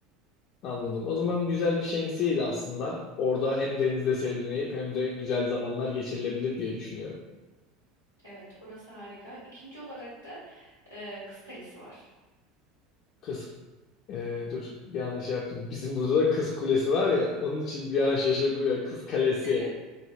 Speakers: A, on the left; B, on the right.
A: Anladım. O zaman güzel bir şemsiyeyle aslında orada hem denizde serinleyip hem de güzel zamanlar geçirilebilir diye düşünüyorum.
B: Evet, orası harika. İkinci olarak da e, Kız Kalesi var.
A: Kız Ee, dur bir yanlış yaptım. Bizim burada da Kız Kulesi var ya onun için bir an şaşırdım ya Kız Kalesi.
B: <laughs>